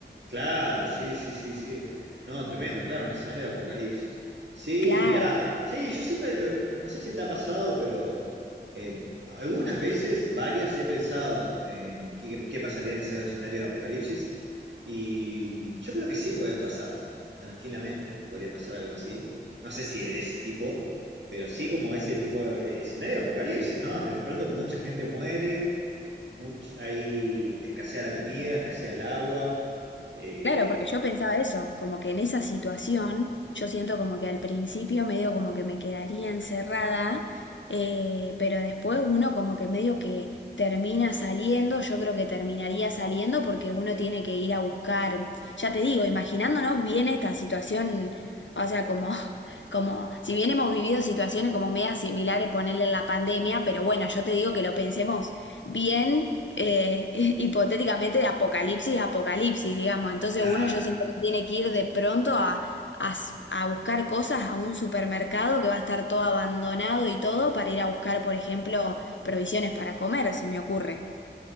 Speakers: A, on the right; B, on the left.
A: Claro, sí, sí, sí, sí. No, tremendo, claro, un escenario de apocalipsis. Sí,
B: Claro.
A: mirá, sí, yo siempre, eh, no sé si te ha pasado, pero eh, algunas veces, varias, he pensado en qué, qué pasaría en esos escenarios de apocalipsis y yo creo que sí pueden pasar, tranquilamente, podría pasar algo así. No sé si de ese tipo, pero sí como ese tipo de escenario de apocalipsis, ¿no? Donde de pronto mucha gente muere, much- hay escasea la comida, escasea el agua. Eh,
B: Claro, porque yo pensaba eso, como que en esa situación yo siento como que al principio medio como que me quedaría encerrada, eh, pero después uno como que medio que termina saliendo, yo creo que terminaría saliendo porque uno tiene que ir a buscar, ya te digo, imaginándonos bien esta situación, o sea, como, <laughs> como si bien hemos vivido situaciones como media similares, ponerle la pandemia, pero bueno, yo te digo que lo pensemos bien eh, <laughs> hipotéticamente de apocalipsis a apocalipsis, digamos. Entonces
A: claro.
B: uno yo siento que tiene que ir de pronto a, a s- a buscar cosas a un supermercado que va a estar todo abandonado y todo para ir a buscar, por ejemplo, provisiones para comer, se me ocurre.